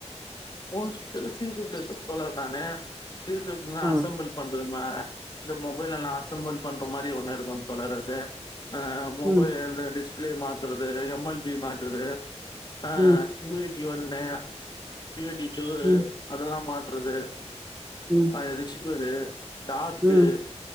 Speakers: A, on the left; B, on the right.
A: மூண் ஷிப்டுல சி ஷிப்டு தோழர் நானு சி ஷிப்டுனா
B: ஆ
A: அசம்பிள் பண்றமா இந்த மொபைல் எல்லா அசம்பள் பண்ற மாரி ஒண்ணு இருக்கு தோழர் அது ஆ மொபைல்
B: ம்
A: இந்த டிஸ்ப்ளே மாத்துறது எம் எல் பி மாத்றது ஆ
B: ம்
A: யு எ டி ஒண்ணு யு எ டி டூ
B: ம்
A: அதெல்லா மா ட்றது
B: ம்
A: ஆ எ ரிசிக்குற ஸ்டாக்கு
B: ம்